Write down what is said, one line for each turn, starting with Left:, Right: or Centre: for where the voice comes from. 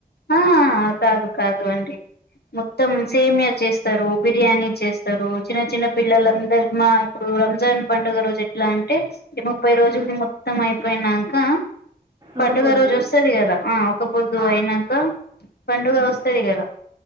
Left: ఆ కాదు కాదు అండి. మొత్తం సేమియా చేస్తరు బిర్యానీ చేస్తరు చిన్న చిన్న పిల్లలందరి మా. ఇప్పుడు రంజాన్ పండుగ రోజు ఎట్లా అంటే ఈ ముప్పై రోజులకి
Right: హ్మ్.
Left: మొత్తం అయిపోయినాక.
Right: ఒక
Left: పండుగ
Right: పొద్దులు.
Left: రోజు వస్తది కదా ఆ ఒక పొద్దు
Right: ఆ!
Left: అయినక్. పండుగ
Right: హ్మ్.
Left: వస్తది కదా